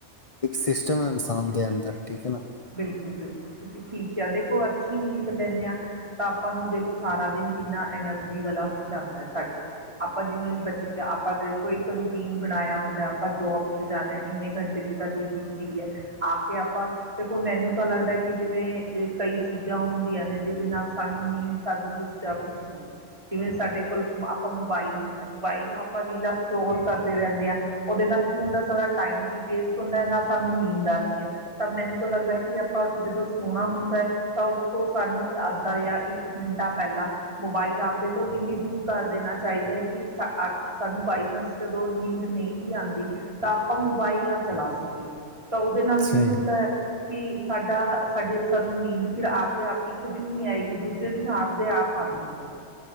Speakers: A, on the left; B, on the right.
A: ਇੱਕ ਸਿਸਟਮ ਏ ਇਨਸਾਨ ਦੇ ਅੰਦਰ, ਠੀਕ ਹੈ ਨਾ
B: ਬਿਲਕੁਲ-ਬਿਲਕੁਲ ਤੁਸੀਂ ਠੀਕ ਕਿਆ, ਦੇਖੋ ਅੱਛੀ ਨੀਂਦ ਲੈਂਣੇ ਆ ਤਾਂ ਆਪਾਂ ਨੂੰ ਦੇਖੋ, ਸਾਰਾ ਦਿਨ ਕਿੰਨਾ ਐਨਰਜੀ ਵਾਲਾ ਜਾਂਦਾ ਐ ਸਾਡਾ ਆਪਾਂ ਜਿਵੇਂ ਬਚ, ਆਪਾਂ ਦੇ ਕੋਈ ਇੱਕ ਰੂਟੀਨ ਬਣਾਇਆ ਹੁੰਦਾ। ਆਪਾਂ ਜੋਬ ਚ ਜਾਨਾ ਇੰਨੇ ਘੰਟੇ ਦੀ ਸਾਡੀ ਡਿਊਟੀ ਹੈ ਆ ਕੇ ਆਪਾਂ ਦੇਖੋ, ਮੈਨੂੰ ਤਾਂ ਲੱਗਦਾ ਕਿ ਜਿਵੇਂ ਕਈ ਚੀਜ਼ਾਂ ਹੁੰਦੀਆਂ ਨੇ, ਜਿਦੇ ਨਾਲ ਸਾਨੂੰ ਨੀਂਦ ਚਾਬੀ, ਜਿਵੇਂ ਸਾਡੇ ਕੋਲ ਆਪਾਂ ਮੋਬਾਈਲ ਹੁੰਦਾ ਏ ਮੋਬਾਈਲ ਨੂੰ ਆਪਾਂ ਰੀਲਾਂ ਸਕੋਲ ਕਰਦੇ ਰਹਿੰਦੇ ਆ, ਉਦੇ ਨਾਲ ਕੀ ਹੁੰਦਾ ਸਾਰਾ ਟਾਈਮ ਵੀ ਵੇਸਟ ਸੁਨੰਦਾ ਨਾ ਸਾਨੂੰ ਨੀਂਦ ਆਂਦੀ ਹੈ, ਤਾਂ ਮੈਨੂੰ ਤਾਂ ਲੱਗਦਾ ਏ ਕਿ ਆਪਾਂ ਜਦੋਂ ਸੋਣਾ ਹੁੰਦਾ ਹੈ ਤਾਂ ਉਸ ਤੋਂ ਸਾਨੂੰ ਅੱਧਾ ਯਾ ਇੱਕ ਘੰਟਾ ਪਹਿਲਾਂ ਮੋਬਾਈਲ ਆਪਦੇ ਤੋਂ ਇੰਨੀ ਦੂਰ ਕਰ ਦੇਣਾ ਚਾਹੀਦਾ ਏ ਕਿ ਸਾ ਆ ਸਾਨੂੰ ਬਾਈ ਚਾਂਸ ਜਦੋਂ ਨੀਂਦ ਨਈ ਵੀ ਆਂਦੀ, ਤਾਂ ਆਪਾਂ ਮੋਬਾਈਲ ਨਾ ਚਲਾ ਸਕੀਏ ਤਾਂ, ਉਦੇ ਨਾਲ
A: ਸਹੀ
B: ਕੀ ਹੁੰਦਾ ਏ ਵੀ, ਸਾਡਾ, ਸਾਡੇ, ਸਾਨੂੰ ਨੀਂਦ ਫਿਰ ਆਪਦੇ ਆਪ ਇੱਕ ਦਿਨ ਨੀ ਆਏਗੀ, ਦੂਜੇ ਦਿਨ ਆਪਦੇ ਆਪ ਆ <unintelligible>